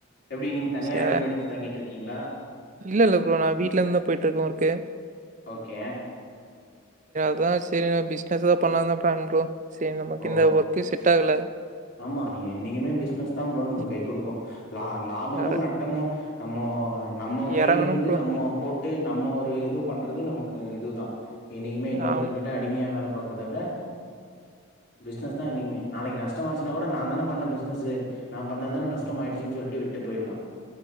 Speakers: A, on the left; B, on the right.
A: எப்டி நீங்க தனியா
B: சே
A: ரூம் எடுத்து தங்கிட்டுருக்கீங்களா
B: இல்ல இல்ல ப்ரோ நா வீட்ல இருந்து தா போய்ட்டு இருக்கே ஒர்க்கு
A: ஓகே
B: அதா செரி நா பிஸ்னஸ் தா பண்லாதா பிளான் ப்ரோ செரி நமக்கு
A: ஓ
B: இந்த ஒர்கே செட் ஆகல
A: ஆமா என்னைக்குமே பிஸ்னஸ் தா ப்ரோ நமக்கு
B: ம்,
A: கை குடுக்கு லா லாபமோ
B: இற-
A: நட்டமோ நம்மோ நம்மோ கையில
B: இறங்கணும்
A: இருந்து
B: ப்ரோ
A: நம்மோ போட்டு நம்மோ ஒரு இது பண்றது நமக்கு இதுதா என்னைக்குமே இன்னொருத்தர்கிட்ட
B: ஆம்
A: அடிமையா வேல பாக் குறத விட பிஸ்னஸ் தா என்னைக்குமே நாளைக்கி நஷ்டமாச்சுன்னா கூட நா தான பண்ண பிசினஸு நா பண்ணதுதான நஷ்டமாயிடுச்சுன்னு சொல்ட்டு விட்டு போய்லா